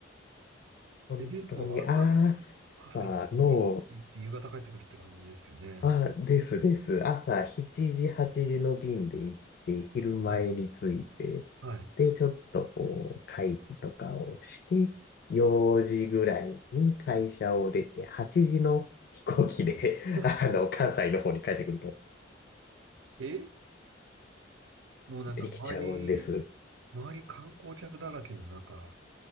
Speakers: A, on the left (about 50°); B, on the right (about 85°).
A: 本当に朝の
B: えー、もう朝、朝行って家に行って夕方帰ってくるって感じですよね。
A: あ、ですです。朝7時、8時の便で行って、昼前に着いて、
B: はい。はい。
A: で、ちょっとこう、会議とかをして、4時ぐらいに会社を出て、8時の飛行機で
B: <laughs>
A: <laughs> あの、関西の方に帰ってくると
B: えもうなんか周り、
A: できちゃうんです。
B: 周り観光客だらけの中、